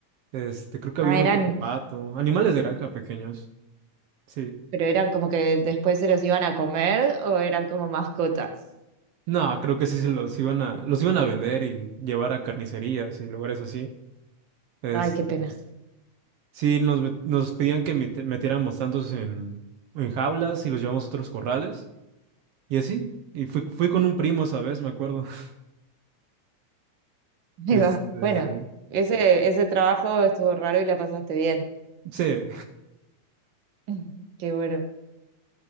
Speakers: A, on the right (about 70°); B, on the right (about 85°).
A: Este, creo que
B: Ah,
A: había uno
B: eran
A: que otro pato. Animales de granja pequeños. Sí.
B: ¿Pero eran como que después se los iban a comer o eran como mascotas?
A: No, creo que sí se los iban a, los iban a vender y llevar a carnicerías y lugares así. Este,
B: Ay, qué pena.
A: sí, nos, met- nos pedían que mete- metiéramos tantos en, en jaulas y los llevamos a otros corrales. Y así. Y fui, fui con un primo esa vez, me acuerdo. <laughs>
B: <laughs> Ahí
A: Este,
B: va. Bueno, ese, ese trabajo estuvo raro y la pasaste bien.
A: sí,
B: <laughs> Qué bueno.